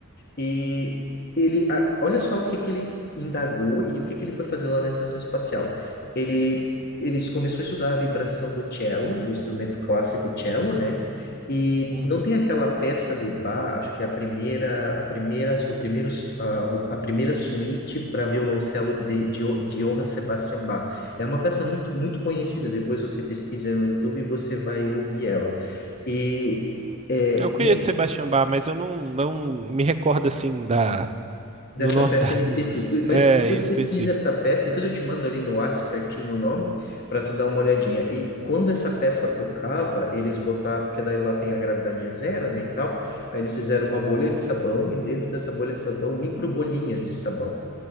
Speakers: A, on the left; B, on the right.
A: E ele, a- olha só o que que ele indagou e o que que ele foi fazer lá na estação espacial. Ele, eles começou a estudar a vibração do cello, do instrumento clássico cello, né? E
B: uhum.
A: não tem aquela peça de Bach, acho que é a primeira, a primeira, o primeiro, su- a, o- a primeira suíte para violoncelo de, de, Jo- de Johann Sebastian Bach. É uma peça muito, muito conhecida. Depois você pesquisa no YouTube e você vai ouvir ela. E é,
B: Eu conheço Sebastião Bach, mas eu não, não me recordo assim da,
A: dessa
B: do nome
A: peça
B: das
A: em específico.
B: músicas. É,
A: Mas depois
B: em específico.
A: pesquisa essa peça, depois eu te mando ali no WhatsApp certinho o nome, para tu dar uma olhadinha. E quando essa peça tocava, eles botaram, porque daí lá tem a gravidade é zero, né, e tal, aí eles fizeram uma bolha de sabão, e dentro dessa bolha de sabão, microbolinhas de sabão.